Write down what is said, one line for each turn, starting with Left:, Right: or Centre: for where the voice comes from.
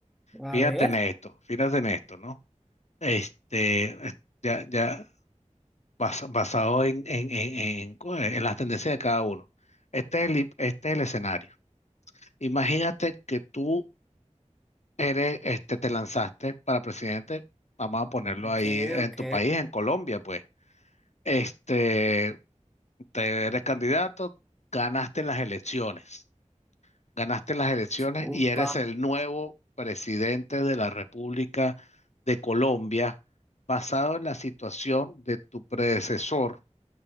Centre: A
Left: Fíjate
Centre: ver.
Left: en esto, fíjate en esto, ¿no? Este, eh, ya, ya basa- basado en, en, en, en- en las tendencias de cada uno. Este es el, hi- este es el escenario. Imagínate que tú eres, este, te lanzaste para presidente, vamos a ponerlo
Centre: Ok,
Left: ahí en
Centre: ok.
Left: tu país, en Colombia, pues. Este, te eres candidato, ganaste las elecciones, ganaste las elecciones
Centre: Upa.
Left: y eres el nuevo presidente de la República de Colombia, basado en la situación de tu predecesor